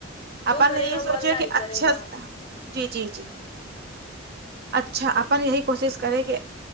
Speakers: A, on the left (about 25°); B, on the right (about 55°).
A: جو
B: اپن
A: کرے
B: یہ
A: گا وہ
B: سوچے
A: اللہ
B: کہ
A: ہی کرے
B: اچھا
A: گا
B: جی جی جی اچھا اپن یہی کوشش کریں کہ